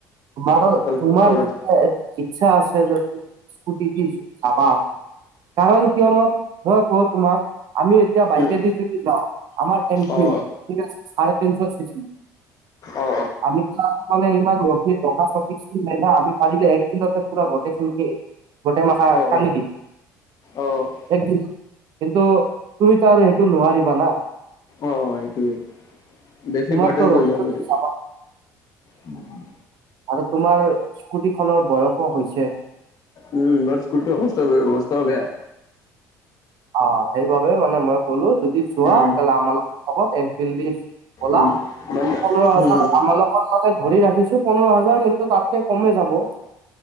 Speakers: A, on the right; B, on the left.
A: তোমাৰ
B: টোটেল
A: তোমাৰ
B: খৰচ
A: য়া ইচ্ছা আছে যদি দি চাবা কাৰণ কিয়নো মই কওঁ তোমাক আমি তেতিয়া বাইকে
B: উম
A: দি যদি যাওঁ আমাৰ এনফিল্ড
B: অ
A: <unintelligible>
B: অ অ
A: ৰখা স নাই আমি পাৰিলে এক দিনতে পুৰা গটে ফুলকে গোটেই মাথা
B: অ
A: কান্দি দিম।
B: অ অ
A: একদিন কিন্তু তুমিতো আৰু সেইটো নোৱাৰিবা না
B: অ অ সেইটোৱে, বেছি
A: তোমাৰতো
B: বাৰ্ডনটো
A: ৰখি
B: হৈ যাব
A: ৰখি
B: এইটো।
A: যাবা
B: উম উম।
A: আৰু তোমাৰ স্কুটি খনৰ বয়সো হৈছে।
B: উম, <unintelligible> অবস্তা বেয়া।
A: অ, সেইবাবে মানে মই ক'লো যদি চোৱা,
B: উম
A: তেলে আমাৰ লগত এনফিল দি গলা
B: উম মানে
A: পোন্ধৰ হাজাৰ
B: উম
A: আমাৰ লগত তাতে ধৰি ৰাখিছোঁ পোন্ধৰ হাজাৰ কিন্তু তাতকে কমে যাব।